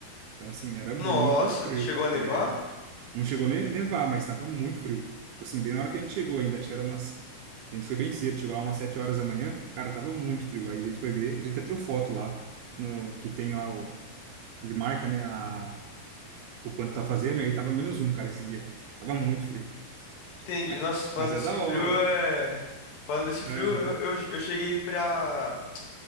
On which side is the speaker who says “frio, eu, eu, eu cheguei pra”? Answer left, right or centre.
Left